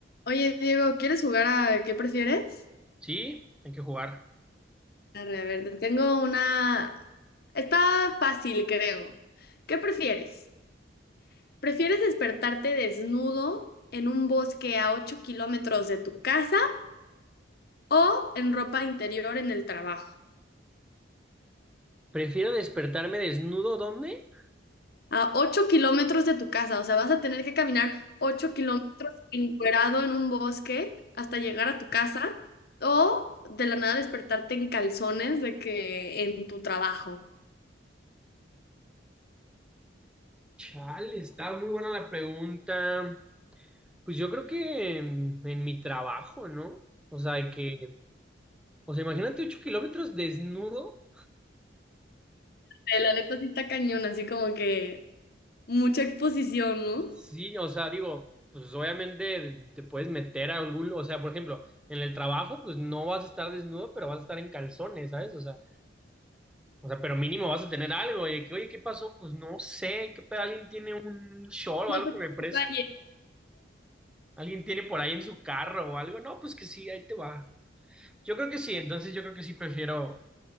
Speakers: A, on the left; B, in the centre.
A: Oye, Diego, ¿quieres jugar a qué prefieres?
B: Sí, hay que jugar.
A: Arre, a ver, te tengo una... Está fácil, creo. ¿Qué prefieres? ¿Prefieres despertarte desnudo en un bosque a 8 kilómetros de tu casa o en ropa interior en el trabajo?
B: Prefiero despertarme desnudo, ¿dónde?
A: A ocho kilómetros de tu casa, o sea, vas a tener que caminar 8 kilómetros encuerado en un bosque hasta llegar a tu casa o de la nada despertarte en calzones de que en tu trabajo.
B: Chale, está muy buena la pregunta. Pues yo creo que en, en mi trabajo, ¿no? O sea, que, o sea, imagínate 8 kilómetros desnudo.
A: Eh, La neta sí está cañón, así como que mucha exposición, ¿no?
B: Sí, o sea, digo, pues obviamente te puedes meter a algún, o sea, por ejemplo, en el trabajo, pues no vas a estar desnudo, pero vas a estar en calzones, ¿sabes? O sea, o sea, pero mínimo vas a tener algo, y de que, oye, ¿qué pasó? Pues no sé, ¿qué pedo? ¿Alguien tiene un short
A: No
B: o algo
A: sé
B: que
A: qué
B: me preste?
A: detalle.
B: Alguien tiene por ahí en su carro o algo. No, pues que sí, ahí te va. Yo creo que sí, entonces yo creo que sí prefiero